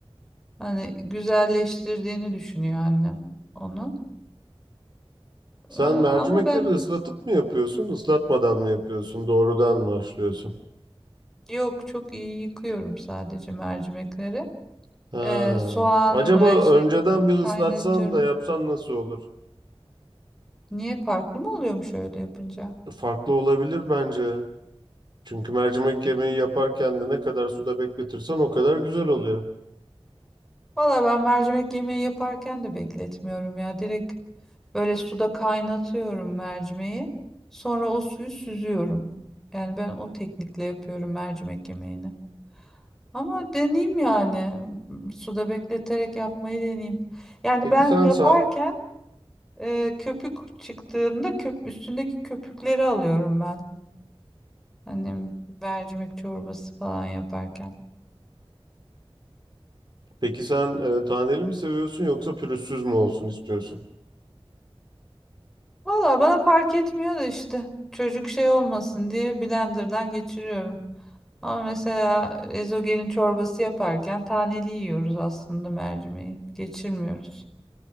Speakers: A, in the centre; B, on the right.
A: Hani güzelleştirdiğini düşünüyor annem onu.
B: Sen
A: Ee, ama
B: mercimekleri
A: ben
B: ıslatıp mı yapıyorsun, ıslatmadan mı yapıyorsun, doğrudan mı haşlıyorsun?
A: yok çok iyi yıkıyorum sadece mercimekleri.
B: Ha.
A: Ee, soğan
B: Acaba
A: ve şeyini
B: önceden bir
A: kaynatıyorum.
B: ıslatsan da yapsan nasıl olur?
A: Niye farklı mı oluyormuş öyle yapınca?
B: Farklı olabilir bence. Çünkü mercimek yemeği yaparken de ne kadar suda bekletirsen o kadar güzel oluyor.
A: Valla ben mercimek yemeği yaparken de bekletmiyorum ya. Direkt Böyle suda kaynatıyorum mercimeği. Sonra o suyu süzüyorum. Yani ben o teknikle yapıyorum mercimek yemeğini. Ama deneyeyim yani. M- Suda bekleterek yapmayı deneyeyim. Yani
B: Peki
A: ben
B: sen
A: yaparken
B: sa-
A: e, köpük çıktığında köp üstündeki köpükleri alıyorum ben. Hani mercimek çorbası falan yaparken.
B: Peki sen e, taneli mi seviyorsun yoksa pürüzsüz mü olsun istiyorsun?
A: Valla bana fark etmiyor da işte çocuk şey olmasın diye blenderdan geçiriyorum. Ama mesela ezogelin çorbası yaparken taneli yiyoruz aslında mercimeği. Geçirmiyoruz.